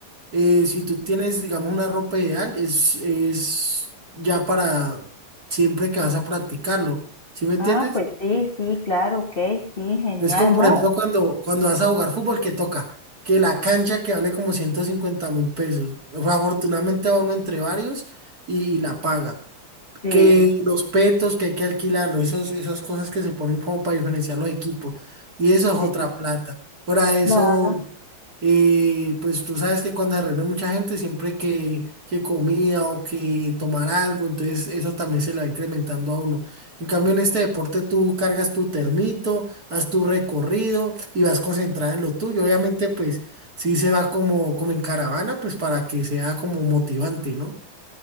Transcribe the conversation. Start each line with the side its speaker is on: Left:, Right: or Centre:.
Right: eh, si tú tienes, digamos, una ropa ideal, es, es ya para siempre que vas a practicarlo, ¿sí me entiendes?
Left: Ah, pues sí, sí, claro, ok, sí, genial,
Right: Es como, por
Left: no.
Right: ejemplo, cuando, cuando vas a jugar fútbol, que toca? Que la cancha que vale como ciento cincuenta mil pesos. O sea, afortunadamente va uno entre varios y, y la paga
Left: Sí,
Right: que los petos que hay que alquilarlos, esos, esas cosas que se ponen como para diferenciar los equipos. Y eso es otra
Left: sí,
Right: plata. para eso,
Left: claro.
Right: eh, pues tú sabes que cuando se reúne mucha gente, siempre que, que comida o que tomar algo, entonces eso también se le va incrementando a uno. En cambio, en este deporte tú cargas tu termito, haz tu recorrido y vas concentrada en lo tuyo. Obviamente, pues sí se va como, como en caravana, pues para que sea como motivante, ¿no?